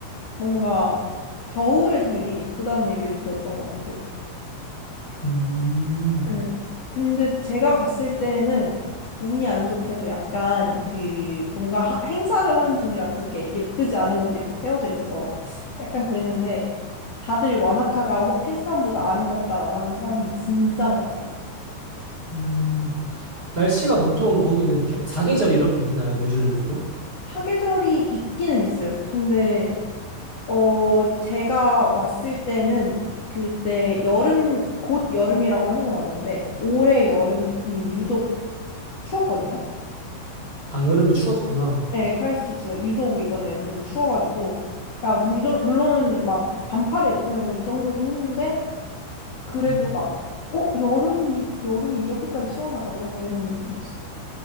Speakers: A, on the left; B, on the right.
A: 뭔가 겨울에 되게 예쁘다는 얘기를 들었던 것 같아요.
B: 음.
A: 네. 근데 제가 갔을 때는 운이 안 좋게도 약간 그 뭔가 하- 행사를 하는 중이라 그렇게 예쁘지 않은 것들이 막 세워져 있어서 약간 그랬는데 다들 와나카가 호- 킨스타운보다 아름답다라고 하는 사람이 진짜 많았어요.
B: 음. 날씨가 보통 거기는 개- 사계절이 이렇게 있나요? 뉴질랜드도?
A: 사계절이 있기는 있어요. 근데 어, 제가 왔을 때는 그때 여름, 곧 여름이라고 해서 왔는데 올해 여름이 유독 추웠거든요.
B: 아, 여름이 추웠구나.
A: 네, 크라이스트처치가 유독 이번에 좀 추워가지고, 그러니까 물론 물론 막 반팔을 입고 다니고 이 정도긴 했는데 그래도
B: 음.
A: 막 어, 여름이 여름이 이렇게까지 시원하다고 약간 이런 느낌이었어요.